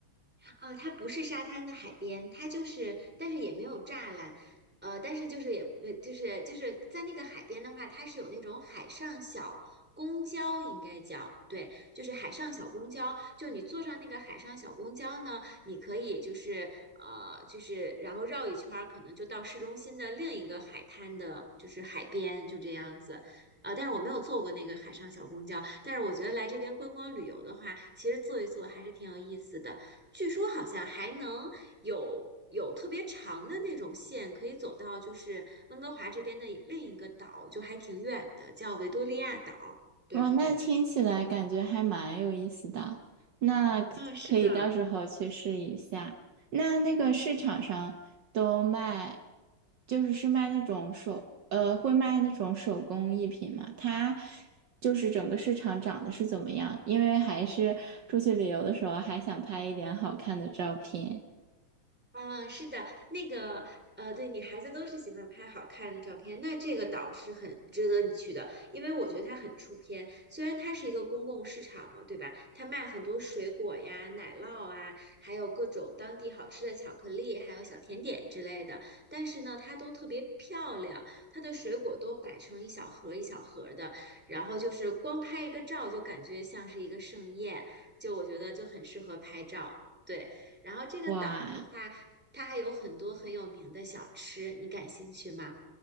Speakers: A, in the centre; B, on the right.
A: 啊，它不是沙滩的海边，它就是，但是也没有栅栏，呃，但是就是也，呃，就是就是在那个海边的话，它是有那种海上小公交，应该叫，对，就是海上小公交，就你坐上那个海上小公交呢，你可以就是呃，就是然后绕一圈儿，可能就到市中心的另一个海滩的，就是海边，就这样子。啊，但是我没有坐过那个海上小公交，但是我觉得来这边观光旅游的话，其实坐一坐还是挺有意思的。据说好像还能有有特别长的那种线，可以走到就是温哥华这边的另一个岛，就还挺远的，叫维多利亚岛。对对对，
B: 哇，那听起来感觉还蛮有意思的，那可可以到时候去试一下。
A: 啊，是的，
B: 那那个市场上都卖，就是是卖那种手，呃，会卖那种手工艺品嘛？它就是整个市场长得是怎么样？因为还是出去旅游的时候还想拍一点好看的照片。
A: 啊，是的，那个，呃，对，女孩子都是喜欢拍好看的照片，那这个岛是很值得你去的，因为我觉得它很出片。虽然它是一个公共市场嘛，对吧？它卖很多水果呀、奶酪啊，还有各种当地好吃的巧克力，还有小甜点之类的。但是呢，它都特别漂亮，它的水果都摆成一小盒儿一小盒儿的，然后就是光拍一个照就感觉像是一个盛宴，就我觉得就很适合拍照。对，然后这个岛的话，
B: 哇，
A: 它还有很多很有名的小吃，你感兴趣吗？